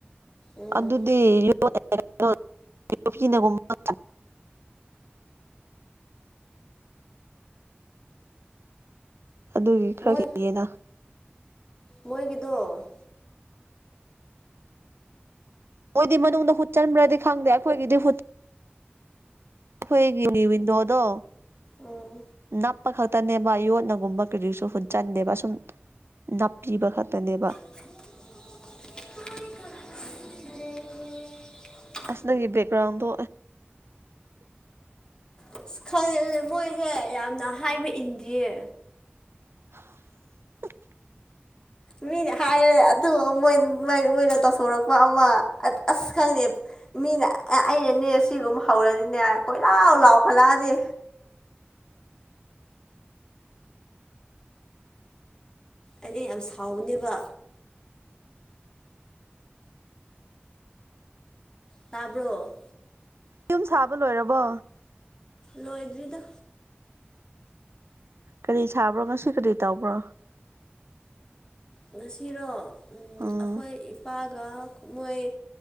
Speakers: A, on the left; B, on the right.
A: ꯎꯝ
B: ꯑꯗꯨꯗꯤ <unintelligible> <unintelligible> ꯑꯗꯨꯒꯤ ꯈꯔ
A: ꯃꯣꯏ
B: ꯀꯤꯌꯦꯅ
A: ꯃꯣꯏꯒꯤꯗꯣ
B: ꯃꯣꯏꯗꯤ ꯃꯅꯨꯡꯗ ꯍꯨꯠ ꯆꯟꯕ꯭ꯔꯗꯤ ꯈꯪꯗꯦ ꯑꯩꯈꯣꯏꯒꯤꯗꯤ ꯍꯨꯠ ꯑꯩꯈꯣꯏꯒꯤ ꯋꯤꯟꯗꯣꯗꯣ
A: ꯎꯝ
B: ꯅꯞꯄ ꯈꯛꯇꯅꯦꯕ ꯌꯣꯠꯅꯒꯨꯝꯕ ꯀꯔꯤꯁꯨ ꯍꯨꯠꯆꯟꯗꯦꯕ ꯁꯨꯝ ꯅꯥꯞꯄꯤꯕ ꯈꯛꯇꯅꯦꯕ
A: <unintelligible>
B: ꯑꯁ ꯅꯪꯒꯤ ꯕꯦꯛꯒ꯭ꯔꯥꯟꯗꯣ
A: ꯑꯁ ꯈꯪꯉꯦ ꯃꯣꯏꯁꯦ ꯌꯥꯝꯅ ꯍꯥꯏꯕ ꯏꯟꯗꯤꯌꯦ
B: <unintelligible>
A: ꯃꯤꯅ ꯍꯥꯏꯔꯦ ꯑꯗꯨꯒ ꯃꯣꯏ ꯃꯣꯏꯅ ꯇꯧꯊꯣꯔꯛꯄ ꯑꯃ ꯑꯁ ꯈꯪꯗꯦ ꯃꯤꯅ ꯑꯩꯅꯅꯦ ꯁꯤꯒꯨꯝꯕ ꯍꯧꯔꯗꯤꯅꯦ ꯀꯣꯏꯂꯥꯎ ꯂꯥꯎꯈꯠꯂꯛꯑꯅꯤ ꯑꯩꯗꯤ ꯌꯥꯝ ꯁꯥꯎꯕꯅꯦꯕ ꯇꯥꯕ꯭ꯔꯣ
B: ꯌꯨꯝ ꯁꯥꯕ ꯂꯣꯏꯔꯕꯣ
A: ꯂꯣꯏꯗ꯭ꯔꯤꯗ
B: ꯀꯔꯤ ꯁꯥꯕ꯭ꯔꯣ ꯉꯁꯤ ꯀꯔꯤ ꯇꯧꯕ꯭ꯔꯣ
A: ꯉꯁꯤꯔꯣ ꯑꯩꯈꯣꯏ
B: ꯎꯝ
A: ꯏꯄꯥꯒ ꯃꯣꯏ